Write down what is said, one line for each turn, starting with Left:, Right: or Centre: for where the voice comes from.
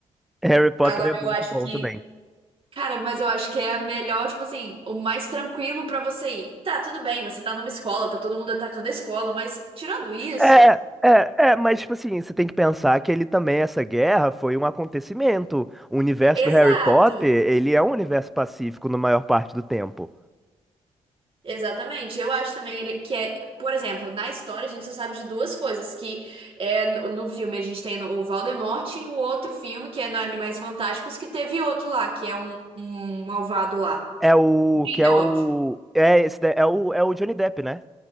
Centre: Harry Potter
Right: Agora
Centre: é muito
Right: eu acho
Centre: bom
Right: que,
Centre: também.
Right: cara, mas eu acho que é a melhor, tipo assim, o mais tranquilo pra você ir. Tá, tudo bem, você tá numa escola, tá todo mundo atacando a escola, mas tirando isso,
Centre: É, é, é, mas tipo assim, você tem que pensar que ele também, essa guerra foi um acontecimento. O universo
Right: exato.
Centre: do Harry Potter, ele é um universo pacífico na maior parte do tempo.
Right: Exatamente. Eu acho também ele- que é, por exemplo, na história a gente só sabe de duas coisas, que é no no filme a gente tem o Voldemort e o outro filme, que é no Animais Fantásticos, que teve outro lá, que é um, um malvado lá.
Centre: É o
Right: Grindelwald.
Centre: que é o é esse da- é o é o Johnny Depp, né?